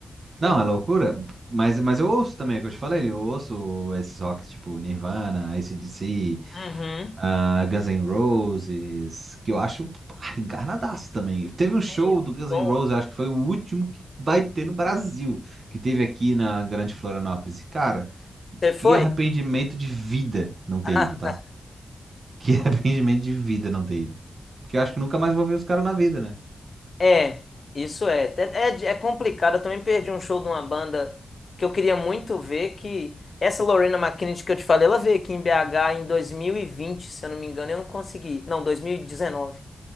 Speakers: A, on the left; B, on the right.
A: Muito-
B: Não, é loucura. Mas, mas eu ouço também, é o que eu te falei, eu ouço esses rocks tipo Nirvana, AC/DC.
A: Uhum.
B: ah, Guns N' Roses, que eu acho pá, encarnadaço também. Teve um show
A: Sim, muito
B: do Guns
A: boa.
B: N' Roses, eu acho que foi o último que vai ter no Brasil, que teve aqui na Grande Florianópolis. E, cara,
A: Você foi?
B: que arrependimento de vida não ter
A: Ah,
B: ido, tá? Que <laughs> arrependimento de vida não ter ido. Porque eu acho que nunca mais vou ver os caras na vida, né?
A: É, isso é. É, é, é complicado. Eu também perdi um show de uma banda que eu queria muito ver, que essa Lorena McKennitt que eu te falei, ela veio aqui em BH em 2020, se eu não me engano, e eu não consegui. Não, 2019. E dezenove.